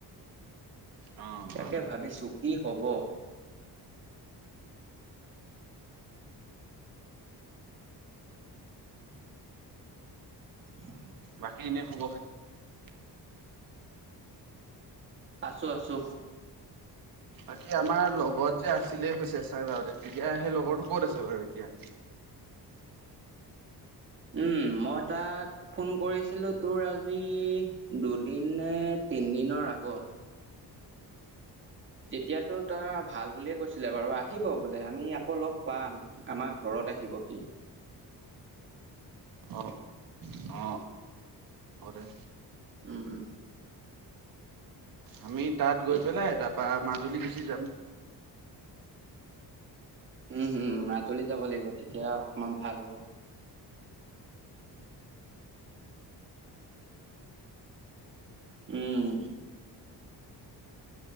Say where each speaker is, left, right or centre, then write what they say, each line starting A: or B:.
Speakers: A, on the right; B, on the right.
A: অ
B: তাকে
A: অ।
B: ভাবিছো কি হ'ব হয় <unintelligible>
A: বাকী এনে খবৰ খাতি,
B: আছো আছো
A: বাকী আমাৰ লগত যে আছিলে চেচাৰ যওঁতে তেতিয়া সেই লগৰটো কত আছে বাৰু এতিয়া।
B: উম মই তাক ফোন কৰিছিলো তোৰ আজি দুদিন নে তিনিদিনৰ আগত তেতিয়াতো তাৰ ভাল বুলিয়ে কৈছিলে বাৰু আহিব বোলে আমি আকৌ লগ পাম আমাৰ ঘৰত আহিব সি
A: অ অ হ'ব দে
B: উম উ
A: আমি তাত গৈ
B: তে-
A: পেলাই তাত বা মাজুলী গুচি যাম
B: উম হম মাজুলী যাব লাগিব তেতিয়া অকমান ভাল হ'ব, উম